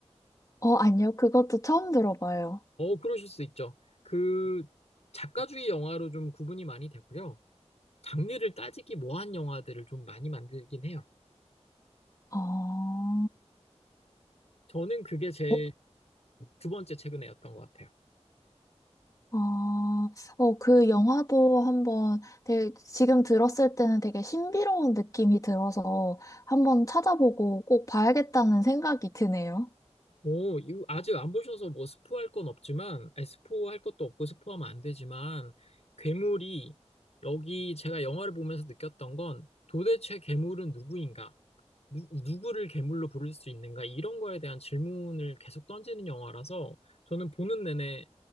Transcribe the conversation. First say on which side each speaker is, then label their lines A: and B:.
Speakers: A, on the left; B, on the left.
A: 어, 아니요. 그것도 처음 들어봐요.
B: 어, 그러실 수 있죠. 그 작가주의 영화로 좀 구분이 많이 되고요. 장르를 따지기 뭐한 영화들을 좀 많이 만들긴 해요.
A: 어,
B: 저는 그게 제일
A: 어,
B: 두 번째 최근에였던 것 같아요.
A: 아, 어, 그 영화도 한번 되게 지금 들었을 때는 되게 신비로운 느낌이 들어서 한번 찾아보고 꼭 봐야겠다는 생각이 드네요.
B: 오, 이거 아직 안 보셔서 뭐 스포할 건 없지만, 아니, 스포할 것도 없고 스포하면 안 되지만, 괴물이 여기 제가 영화를 보면서 느꼈던 건 도대체 괴물은 누구인가? 누, 누구를 괴물로 부를 수 있는가? 이런 거에 대한 질문을 계속 던지는 영화라서 저는 보는 내내